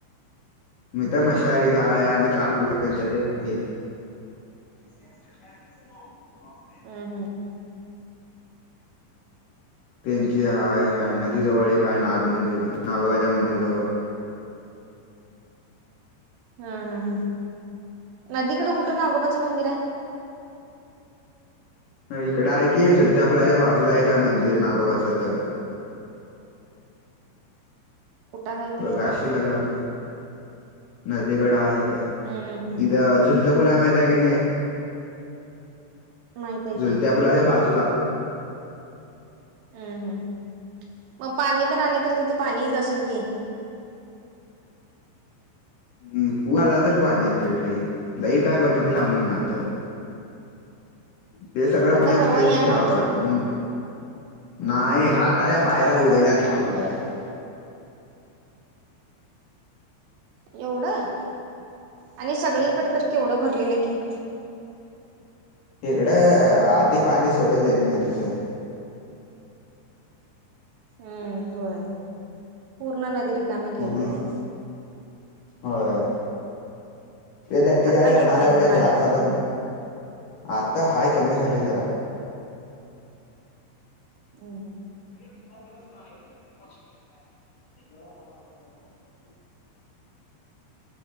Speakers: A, on the left; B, on the right.
A: मी तर मशारीत हाये आणि काकू <unintelligible> हायीत. <unintelligible>
B: हम्म, हम्म.
A: त्यांची हाय. ह्या नदी जवळ एक हाय नाग मंदिर नागोबाच्या मंदिरजवळ.
B: हम्म, हम्म, हम्म. नदीकडं कुठं नागोबाचं मंदिर आहे?
A: हं इकडं आहे की झुलत्या पुलाच्या बाजूला एक आहे मंदिर नागोबाचं.
B: कुठं आहे
A: बघ
B: ते?
A: <unintelligible> नदीकड आहे.
B: हम्म हम्म.
A: इथं झुलत्या पुल हाय माहित आहे की नई?
B: माहित आहे
A: झुलत्या
B: की
A: पुलाच्या बाजूला.
B: हम्म, हम्म. मग पाणी तेन आलं तर तिथं पाणी येत असलं की?
A: हम्म. पुलाला तर पाणी येतय लई. लई काय पण नदीला पाणी ईना तर ते सगळं
B: आता
A: पणे असतेस
B: परवा याय
A: कि त्या
B: नव्हतं
A: उप्यात
B: मग
A: म नाही हाताच्या पायऱ्या उरल्या दहाबडायच्या.
B: एवढं आणि सगळीकडे
A: हम्म
B: तर केवढं भरलेले की.
A: इकडं आदी पाणी सोडवले न नदीचा.
B: हम्म होय. पूर्ण नदी रिकामीे केलती
A: म्हणून
B: नाई?
A: होय. त दड्डीच्या
B: आता
A: धरणाला
B: केवढं आहे
A: एवढं
B: मग पाणी?
A: जास्त आलम आता हायं कमी झालय जरा.
B: हम्म, हम्म.
A: <inaudible>